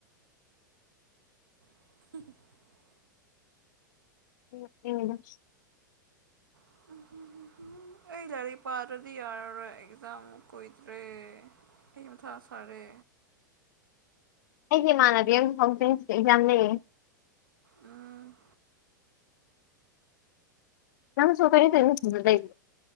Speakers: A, on the right (about 80°); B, on the left (about 65°).
A: <unintelligible>
B: <unintelligible>
A: <unintelligible> ꯑꯩ ꯂꯥꯏꯔꯤꯛ ꯄꯥꯗ꯭ꯔꯗꯤ ꯌꯥꯔꯔꯣꯏ ꯑꯦꯛꯖꯥꯝ ꯀꯨꯣꯏꯗ꯭ꯔꯦ ꯑꯩ ꯃꯊꯥ ꯁꯥꯔꯦ
B: ꯑꯩꯒꯤ ꯏꯃꯥꯟꯅꯕꯤ ꯑꯃ ꯐꯗꯛꯖ ꯀ ꯏꯕꯥꯟꯅꯤ
A: ꯎꯝ
B: ꯅꯪꯁꯨ <unintelligible>